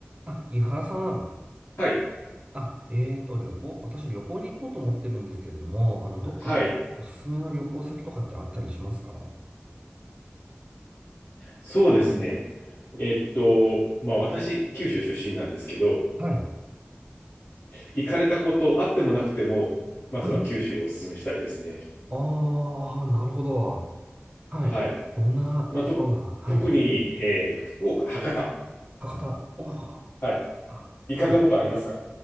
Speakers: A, on the right; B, on the left.
A: あ、井原さん。
B: はい。
A: あ、えーと、旅行、私旅行に行こうと思ってるんですけれども、あの、
B: はい。
A: どっかおすすめの旅行先とかってあったりしますか
B: そうですね。えっと、まあ私、九州出身なんですけど、
A: はい。
B: 行かれたことあってもなくても、まずは九州をお勧めしたいですね。
A: はい。あー、なるほど。はい。
B: はい。
A: どんなところが、
B: まあ、と、
A: はい。
B: 特に、えー福岡、博多。
A: 博多。おー、博
B: はい。
A: 多。
B: 行かれたことありますか
A: はい。い